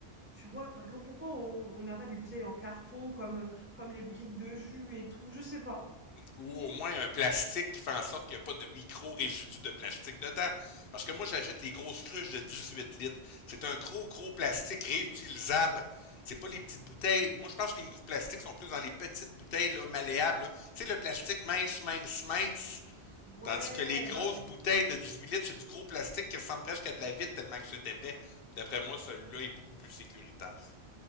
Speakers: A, on the right; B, on the left.
A: tu vois, par exemple, pourquoi on on n'a pas des bouteilles en carton comme, comme les briques de jus et tout, je sais pas.
B: Ou au moins un plastique qui fait en sorte qu'il n'y a pas de micro-résidus de plastique dedans. Parce que moi, j'achète les grosses cruches de 18 litres. C'est un gros, gros plastique réutilisable. C'est pas les petites bouteilles. Moi, je pense que les microplastiques sont plus dans les petites bouteilles là, malléables. Tu sais, le plastique mince, mince, mince.
A: Ouais,
B: Tandis que les grosses
A: bah
B: bouteilles de 18 litres, c'est du gros plastique qui ressemble presque à de la vitre tellement que c'est épais. D'après moi, celui-là est beaucoup plus sécuritaire.